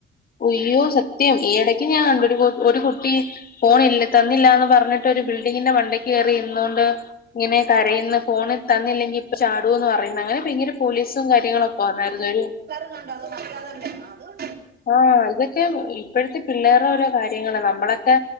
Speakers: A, on the left; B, on the right.
A: അയ്യോ സത്യം ഈ ഇടയ്ക്ക് ഞാൻ അറിഞ്ഞു ഒരു കുട്ടി ഫോണ തന്നില്ലാന്ന് പറഞ്ഞിട്ട് ഒരു ബിൽഡിങ്ങിന്റെ മണ്ടയ്ക്ക് കേയറി ഇരുന്നൊണ്ട് ഇങ്ങനെ കരയന്ന് ഫോണിൽ തന്നില്ലെങ്കിൽ ഇപ്പൊ ചാടുന്ന് പറയുന്നു അങ്ങനെ പോലീസും കാര്യങ്ങളൊക്കെ വന്നായിരുന്നു ഒരു
B: ണ്ട അത് മതല്ലേ അ <inaudible>
A: ആഹ ഇതൊക്കെ ഇപ്പോഴത്തെ പിള്ളേരു ഓരോ കാര്യങ്ങള് നമ്മളൊക്കെ